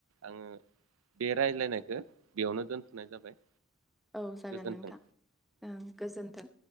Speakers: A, on the right; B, in the centre.
A: आङो बे रायज्लायनायखौ बेयावनो दोनथ'नाय जाबाय।
B: औ जागोन
A: गोजोन्थों
B: नोंथां ओं गोजोन्थों।